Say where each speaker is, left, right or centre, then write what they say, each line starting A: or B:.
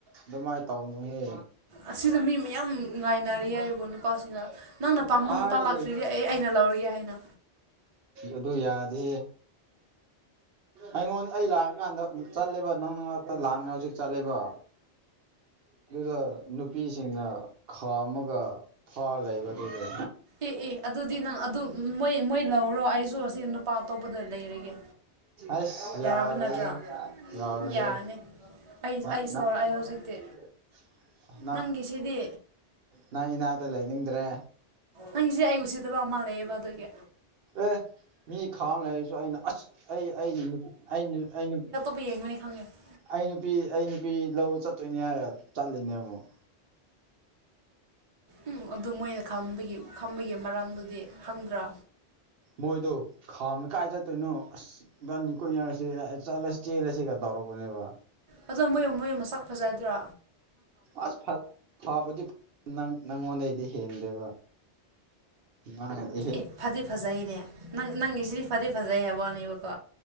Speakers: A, on the right (about 65°); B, on the right (about 35°).
A: ꯑꯗꯨꯃꯥꯏꯅ ꯇꯧꯅꯨꯍꯦ
B: ꯑꯁꯤꯗ ꯃꯤ ꯌꯥꯝ ꯉꯥꯏꯅꯔꯦ ꯌꯥꯏꯕꯣ ꯅꯨꯄꯥꯁꯤꯡꯅ ꯅꯪꯅ ꯄꯥꯝꯕ ꯅꯨꯄꯥ
A: ꯑꯥꯏ
B: ꯂꯥꯛ ꯑꯗꯨꯗꯤ <unintelligible> ꯑꯩ ꯑꯩꯅ ꯂꯧꯔꯒꯦ ꯍꯥꯏꯅ
A: ꯑꯗꯨ ꯌꯥꯗꯦ ꯑꯩꯉꯣꯟ ꯑꯩ ꯂꯥꯛꯑꯀꯥꯟꯗ ꯆꯠꯂꯦꯕ ꯅꯪꯅꯥꯛꯇ ꯂꯥꯡꯉꯦ ꯍꯧꯖꯤꯛ <unintelligible> ꯆꯠꯂꯦꯕ ꯑꯗꯨꯒ ꯅꯨꯄꯤ ꯁꯤꯡꯅ ꯈꯥꯝꯃꯒ ꯐꯥ ꯂꯩꯕ ꯑꯗꯨꯒ
B: ꯑꯦ ꯑꯦ ꯑꯗꯨꯗꯤ ꯅꯪ ꯑꯗꯨ ꯃꯣꯏ ꯃꯣꯏ ꯂꯧꯔꯣ ꯑꯩꯁꯨ ꯑꯁꯤ ꯅꯨꯄꯥ ꯑꯇꯣꯞꯄꯗ ꯂꯩꯔꯒꯦ
A: ꯑꯁ ꯌꯥꯔ
B: ꯌꯥꯔꯕ ꯅꯠꯇ꯭ꯔꯥ
A: <unintelligible> ꯌꯥꯔꯥꯏꯍ‌ꯦ
B: ꯌꯥꯅꯤ ꯑꯩ
A: ꯑ <unintelligible>
B: ꯑꯩ ꯁꯧꯔꯛꯑꯦ ꯍꯧꯖꯤꯛꯇꯤ ꯅꯪꯒꯤꯁꯤꯗꯤ
A: ꯅꯪ ꯏꯅꯥꯛꯇ ꯂꯩꯅꯤꯡꯗ꯭ꯔꯦ
B: ꯅꯪꯁꯦ ꯑꯩ ꯎꯁꯤꯠꯗꯕ ꯃꯥꯟꯂꯛꯑ‌ꯦꯕ ꯑꯗꯨꯒꯤ
A: ꯑꯦ ꯃꯤ ꯈꯥꯝꯃ ꯂꯩꯔꯁꯨ ꯑꯩꯅ ꯑꯁ ꯑꯩ ꯑꯩꯅ ꯅꯨꯄꯤ ꯑꯩꯅ ꯑꯩꯅ
B: ꯄꯨ ꯌꯦꯡ ꯃꯅꯤ ꯈꯪꯦ <unintelligible>
A: ꯑꯩ ꯅꯨꯄꯤ ꯑꯩ ꯅꯨꯄꯤ ꯂꯧꯕ ꯆꯠꯇꯣꯏꯅꯦ ꯍꯥꯏꯔ ꯆꯠꯂꯤꯅꯦ ꯑꯃꯨꯛ
B: ꯎꯝ ꯑꯗꯨ ꯃꯣꯏꯅ ꯈꯪꯝꯕꯒꯤ ꯈꯝꯕꯒꯤ ꯃꯔꯝꯗꯨꯗꯤ ꯈꯪꯗ꯭ꯔꯥ
A: ꯃꯣꯏꯗꯣ ꯈꯥꯝꯃ‌ꯦ ꯀꯥꯏ ꯆꯠꯇꯣꯏꯅꯨ ꯑꯁ ꯏꯕꯅꯤ ꯀꯨꯏꯅꯔꯁ‌ꯦ ꯆꯠꯂ ꯆꯦꯜꯂꯁꯤꯒ ꯇꯧꯔꯛꯄꯅꯦꯕ
B: ꯑꯗꯣ ꯃꯣꯏ ꯃꯣꯏ ꯃꯁꯛ ꯐꯖꯗ꯭ꯔꯣ
A: ꯑꯁ ꯐꯕꯗꯤ ꯅꯪ ꯅꯪꯉꯣꯟꯗꯩꯗꯤ ꯍꯦꯟꯗꯦꯕ ꯌꯥꯔꯦ <unintelligible>
B: ꯑꯦ ꯐꯗꯤ ꯐꯖꯩꯅꯦ ꯅꯪ ꯅꯪꯒꯤ ꯁꯤꯗꯤ ꯐꯗꯤ ꯐꯖꯩ ꯍꯥꯏꯕ ꯋꯥꯅꯦꯕꯀꯣ